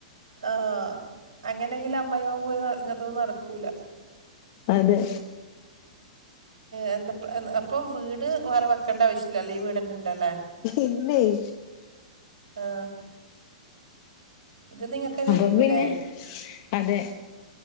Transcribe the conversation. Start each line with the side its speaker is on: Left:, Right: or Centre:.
Right: ആഹ് അങ്ങനെങ്കിലും അമ്മായിമ്മ പോര് ഇങ്ങൻത്തെന്നും നടക്കൂല
Left: അതെ
Right: എന്താ അപ്പോ വീട് വേറെ വെക്കണ്ട ആവശ്യല്ലല്ലേ ഈ വീട്ന്നെ ഇണ്ടലെ
Left: ഇല്ലെയ്.
Right: ആഹ് ഇത് നിങ്ങക്കന്നെ
Left: അപ്പം
Right: ഏരിക്കൂല്ലേ?
Left: പിന്നെ അതെ